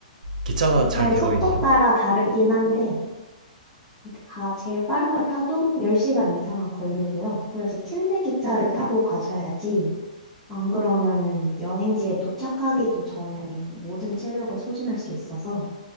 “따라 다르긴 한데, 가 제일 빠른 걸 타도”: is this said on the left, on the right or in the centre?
Centre